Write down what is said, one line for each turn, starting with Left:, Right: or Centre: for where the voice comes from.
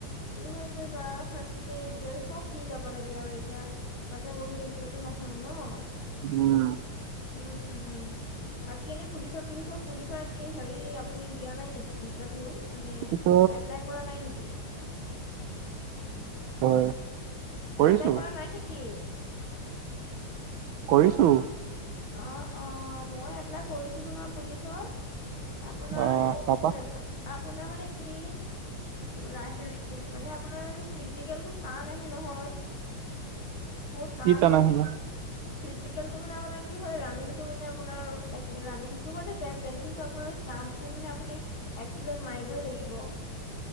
Left: কি হয় গৈ বা, ফাৰ্ষ্টতে এ দি আৰ ই চব দি যাব লাগে আৰু এতিয়া। এটাতে বহি থাকিলেতো নহয় ন!
Right: উম।
Left: উম, উম। বাকী এনেই পুলিচৰ-তুলিচৰ পুলিচৰ আপুনি হেৰি আপুনি দিয়া নাই নেকি, ইন্টাৰভিউ? মানে
Right: পিছত
Left: এপ্লাই কৰা নাই নেকি?
Right: হয়। কৰিছো
Left: এপ্লাই কৰা নাই নেকি?
Right: কৰিছোঁ।
Left: অ, অ, মই এপ্লাই কৰিছিলো নহয় পুলিচৰ৷ আপোনাৰ
Right: আহ
Left: এই,
Right: তাপা
Left: আপোনাৰ মানে কি ৰা মানে আপোনাৰ ফিজিকেলটো টান আহে নহয়।
Right: <inaudible>
Left: বহুত টান
Right: কি
Left: হয়,
Right: আহিলে
Left: ফি-ফিজিকেলটো মানে আপোনাৰ কি হয় ৰাণিংটো মানে আপোনাৰ, ৰাণিংটো মানে যেন-তেন, কিন্তু আপোনাৰ জাম্পটো মানে আপুনি এক্সিলেণ্ট মাৰিবই লাগিব।